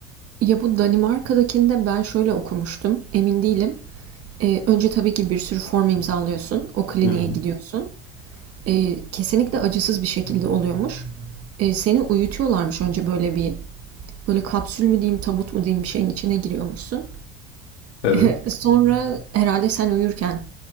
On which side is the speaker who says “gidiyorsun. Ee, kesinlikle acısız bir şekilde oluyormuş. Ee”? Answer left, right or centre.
Right